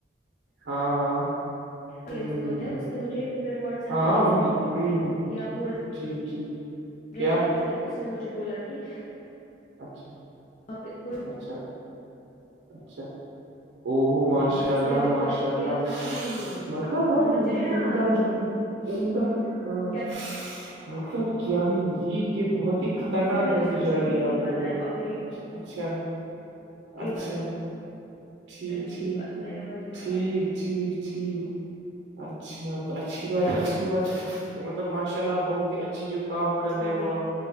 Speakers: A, on the right; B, on the left.
A: ہاں ہاں
B: سیلس
A: ہوں
B: میں
A: ہوں
B: ہوتا ہے
A: ہوں
B: اس نے مجھے پھر واٹس ایپ
A: ہاں
B: پہ میسج
A: وہی
B: کی
A: ہوں
B: کے
A: ہ
B: یا بول
A: ٹھیک ٹھیک کیا
B: رہنا کی ہے اس نے مجھے بولا کہ
A: اچھا
B: آپ اس کو
A: اچھا اچھا ا ماشاء
B: دیکھا اس
A: اللہ
B: نے ریکویسٹ
A: ماشاء اللہ
B: کیا تھا کہ میں ہی لوں
A: مطلب وہ
B: سمجھ
A: بہت
B: رہے ہیں
A: ہی
B: آپ
A: عمدہ جی ہے عمدہ ہاں
B: کیا
A: مطلب کیا ہی یہ کہ بہت ہی خطرناک
B: تو پھر میں
A: بنتی
B: نے مجھے
A: جا
B: ابھی
A: رہی ہے
B: نہیں
A: آپ
B: پتا
A: دن بدن
B: ہے تو آپ میری
A: اچھا اچھا
B: کرو
A: ٹھیک
B: جی
A: ٹھیک
B: بس میں نے وہی
A: ٹھیک
B: کہا
A: ٹھیک ٹھیک اچھا تو اچھی بات ہے اچھی بات ہے تو مطلب ماشاء اللہ بہت اچھی جو کام کر رہے ہیں
B: جی
A: وہ آپ